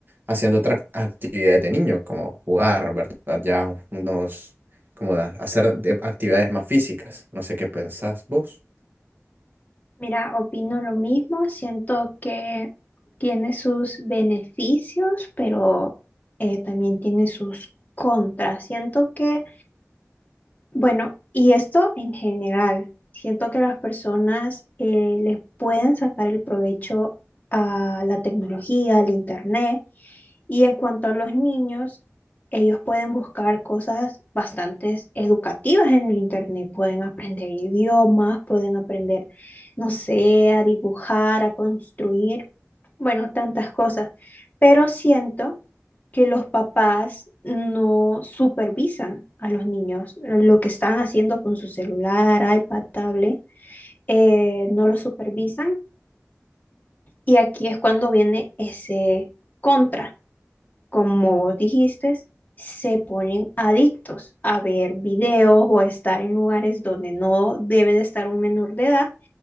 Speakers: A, on the right (about 45°); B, on the left (about 35°).
A: haciendo otras actividades de niños, como jugar, ¿verdad? Ya unos, como da- hacer de- actividades más físicas. No sé qué pensás vos.
B: Mira, opino lo mismo, siento que tiene sus beneficios, pero eh, también tiene sus contras. Siento que Bueno, y esto en general, siento que las personas eh, les pueden sacar el provecho a la tecnología, al internet, y en cuanto a los niños, ellos pueden buscar cosas bastante educativas en el internet. Pueden aprender idiomas, pueden aprender, no sé, a dibujar, a construir, bueno, tantas cosas. Pero siento que los papás no supervisan a los niños lo que están haciendo con su celular, iPad, tablet, eh, no lo supervisan. Y aquí es cuando viene ese contra como vos dijiste, se ponen adictos a ver videos o a estar en lugares donde no debe de estar un menor de edad.